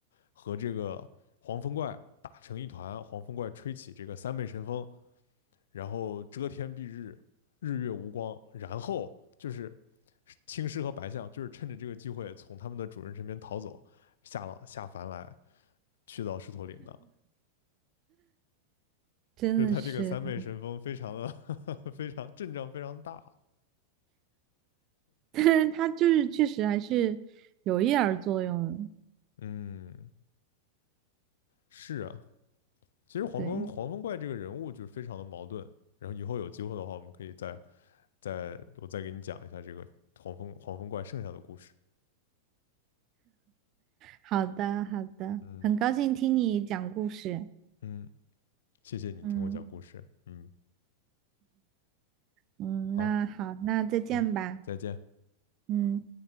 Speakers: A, on the left; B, on the right.
A: 和这个黄风怪打成一团，黄风怪吹起这个三昧神风，然后遮天蔽日，日月无光，然后就是青狮和白象就是趁着这个机会从他们的主人身边逃走。下了下凡来，去到狮驼岭的，
B: 真的是，
A: 就是他这个三昧神风非常的呵呵
B: <laughs>
A: <laughs> 非常阵仗非常大。
B: 但是他就是确实还是有一点儿作用的，
A: 嗯，是啊，其实黄风黄风怪这个人物就是非常的矛盾。
B: 对，
A: 然后以后有机会的话，我们可以再再我再给你讲一下这个黄风黄风怪剩下的故事。
B: 好的好的，
A: 嗯
B: 很高兴听你讲故事，
A: 嗯，谢谢你听我讲故事。
B: 嗯
A: 嗯，
B: 嗯，
A: 好，
B: 那好，那再见吧，
A: 嗯，再见。
B: 嗯。